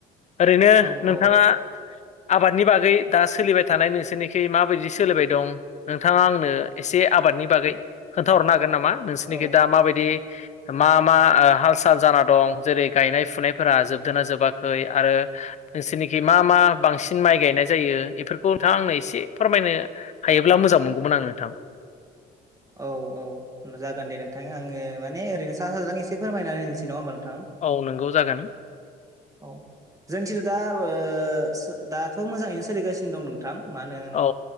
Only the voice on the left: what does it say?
ओरैनो
नोंथाङा
आबादनि बागै दा सोलिबाय थानाय नोंसोरनिखि माबायदि सोलिबाय दं नोंथाङा आंनो एसे आबादनि बागै खोन्थाहरनो हागोन नामा नोंसोरनिखि
दा माबायदि मा मा ओ हाल साल जाना दं जेरै गायनाय फुनायफोरा जोबदोना जोबाखै आरो नोंसोरनिखि मा मा बांसिन माइ गायनाय जायो बेफोरखौ नोंथाङा आंनो एसे फोरमायनो हायोब्ला मोजां मोनगौमोन आं नोंथां।
औ नोंगौ जागोन।
औ